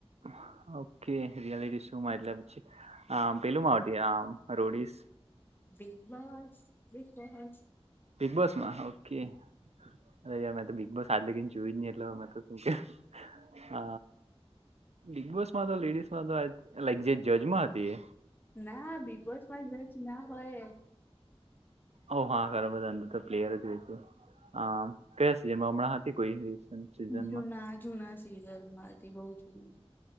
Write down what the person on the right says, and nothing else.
<inaudible> ઓકે રિયાલિટી શોમાં એટલે પેલું માં આવતી આ રોડીસ
બિગ બોસમાં ઓકે અરે યાર મે તો બિગ બોસ આજગ જોઈ નહી એટ અમે તો તું કે હ. બિગ બોસમાં તો લેડીસમાં તો લઈક જે જજમાં હતી.
ઓ હા ખરા બધા અંદર તો પ્લેયર જ હોય છે અ સિજનમાં હમણાં હતી કોઈ રિસન્ટ સિઝનમાં?